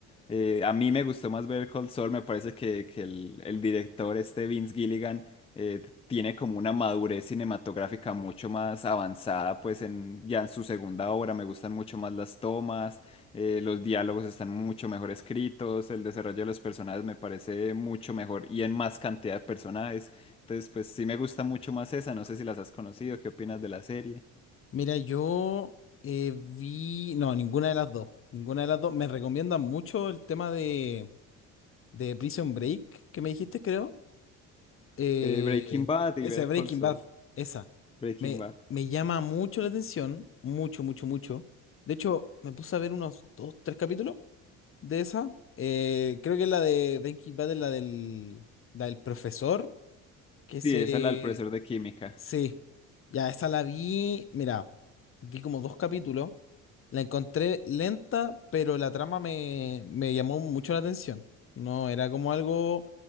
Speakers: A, on the left (about 15°); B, on the left (about 40°).
A: Eh, a mí me gustó más ver Cold Soul, me parece que, que el, el director este Vince Gilligan eh, tiene como una madurez cinematográfica mucho más avanzada, pues en, ya en su segunda obra me gustan mucho más las tomas, eh, los diálogos están mucho mejor escritos, el desarrollo de los personajes me parece mucho mejor y en más cantidad de personajes. Entonces, pues sí me gusta mucho más esa, no sé si las has conocido, ¿qué opinas de la serie?
B: Mira, yo eh, vi, no, ninguna de las dos, ninguna de las dos. Me recomiendan mucho el tema de, de Prison Break que me dijiste, creo. Eh,
A: Eh, Breaking Bad
B: esa,
A: y ver
B: Breaking
A: Cold Soul.
B: Bad, esa.
A: Breaking
B: Me,
A: Bad.
B: me llama mucho la atención, mucho, mucho, mucho. De hecho, me puse a ver unos dos, tres capítulos de esa. Eh, creo que es la de Breaking Bad es la del, la del profesor, que se...
A: Sí, es el al profesor de química.
B: Sí, ya, esa la vi, mira, vi como dos capítulos. La encontré lenta, pero la trama me, me llamó mucho la atención. No, era como algo